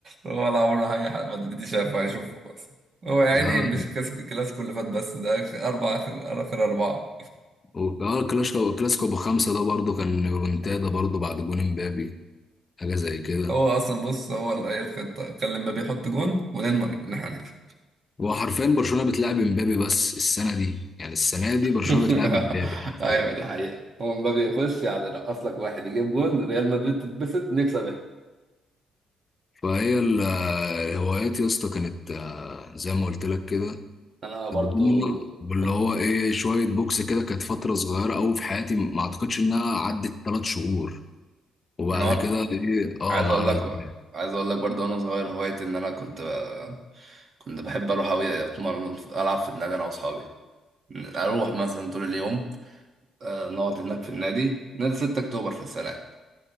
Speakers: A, on the right (about 45°); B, on the left (about 30°).
A: هو ولا عمره اي حد مدريدي شافه هيشوفه بس هو يا
B: لا
A: عيني مش كاس الكلاسيكو اللي فات بس ده آخر اربع اخر آخر اربعه
B: و- آه، الكلاسيكو الكلاسيكو بخمسه ده برضو كان ريمونتادا برضو بعد جون امبابي حاجه زي كده
A: هو اصلا بص هو اللي هي الخطه كان لما بيحط جون ونضمن ان احنا هنكسب
B: هو حرفيا برشلونه بتلعب امبابي بس السنه دي يعني السنه دي برشلونه
A: <laughs>
B: بتلعب امبابي حرفيا
A: ايوه دي حقيقه هو مبابي يخش يعني رقص لك واحد يجيب جون ريال مدريد تتبسط نكسب
B: فهي ال- الهوايات يا اسطى كانت آه، زي ما قلت لك كده
A: انا برضو
B: الدنيا واللي
A: كنت
B: هو ايه شويه بوكس كده كانت فتره صغيره قوي في حياتي ما اعتقدش انها عدت ثلاث شهور وبعد
A: أنا
B: كده ايه اه
A: عايز
B: ما
A: اقول
B: عملتها
A: لك عايز اقول لك برضه وانا صغير هوايتي ان انا كنت ب... كنت بحب اروح اوي اتمرن في- العب في النادي انا واصحابي اروح مثلا طول اليوم آه، نقعد هناك في النادي نادي 6 اكتوبر في السنه